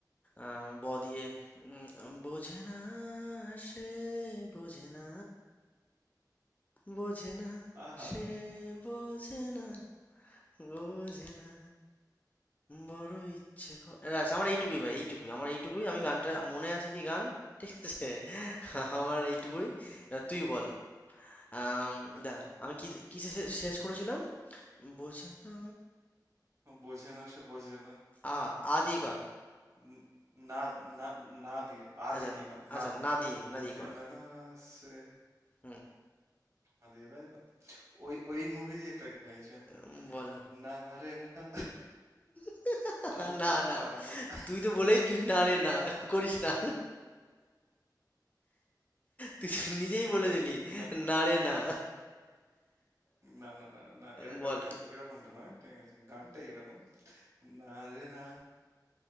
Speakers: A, on the left; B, on the right.
A: আহ, ব দিয়ে উম, বোঝে না সে বোঝে না বোঝে না
B: আহা
A: সে বোঝে না বোঝে না বড় ইচ্ছে করে ব্যাস আমার এইটুকুই ভাই এইটুকুই আমার এইটুকুই আমি গানটা মনে আছে কি গান ঠিক আছে আমার এইটুকুই এবার তুই বল আম, দাঁড়া আমি কি কিসে শে- শেষ করেছিলাম বোঝে না
B: বোঝে না সে বোঝে না
A: আ আ দিয়ে কর
B: ন- না না না দিয়ে আ
A: আচ্ছা
B: দিয়ে কি হয়
A: আচ্ছা
B: না
A: না দিয়ে
B: বোঝে
A: না দিয়ে কর
B: না সে
A: হুম
B: আ দিয়ে তাই তো? ওই ওই মুভিরই একটা গান গাইছি আমি
A: উম, বল
B: না রে না
A: <laughs>
B: আর তো
A: না না
B: পারে না
A: তুই তো বলেই দিলি না রে না করিস না <laughs> তুই তো নিজেই বলে
B: না
A: দিলি
B: না
A: না রে না
B: না না না না এর-
A: <laughs> বল
B: এর- এর- এরকমটা নয় ঠিক আছে গানটাই এরকম না রে না